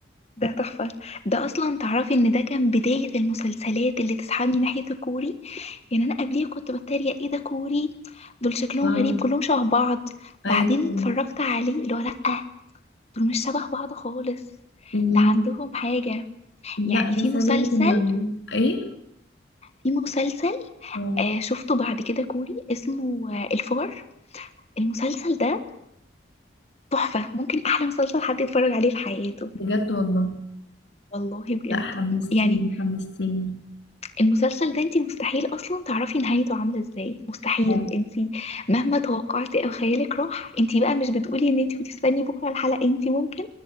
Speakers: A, on the left; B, on the left.
A: ده تحفة ده أصلا تعرفي إن ده كان بداية المسلسلات اللي تسحبني ناحية الكوري يعني أنا قبليه كنت بتريق إيه ده كوري دول شكلهم
B: اه
A: غريب كلهم شبه بعض
B: ايوه
A: بعدين اتفرجت عليه اللي هو لأ دول مش شبه بعض خالص
B: م-
A: ده عندهم حاجة
B: لا
A: يعني
B: بس
A: في مسلسل
B: عايزه اقول لك انا ايه
A: في مسلسل
B: اه
A: آه شفته بعد كده كوري اسمه آه الفار المسلسل ده تحفة ممكن أحلى مسلسل حد يتفرج عليه في حياته
B: بجد والله
A: والله بجد
B: لا حمستيني
A: يعني
B: حمستيني
A: المسلسل ده انتي مستحيل اصلا تعرفي نهايته عامله ازاي مستحيل
B: اه
A: انتي مهما توقعتي او خيالك راح انتي بقى مش بتقولي ان انتي بتستني بكره الحلقه انتي ممكن